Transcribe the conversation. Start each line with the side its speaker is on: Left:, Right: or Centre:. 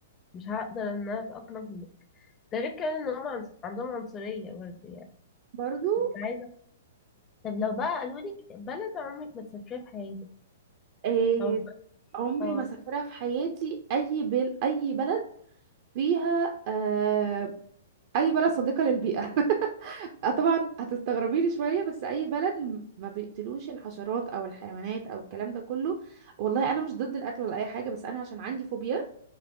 Left: مش هقدر ان انا اتاقلم هنا ده غير كمان ان هم عنص- عندهم عنصريه برضه يعني
Right: برضو
Left: كنت عايزه طب لو بقى قالوا لك بلد عمرك ما تسافريها في حياتك
Right: إيه
Left: او
Right: عمري
Left: اه
Right: ما سافرها في حياتي اي بل اي بلد فيها آه اي بلد صديقه للبيئه <laughs> آه طبعا هتستغربي لي شويه بس اي بلد م- ما بيقتلوش الحشرات او الحيوانات او الكلام ده كله والله انا مش ضد القتل ولا اي حاجه بس انا عشان عندي فوبيا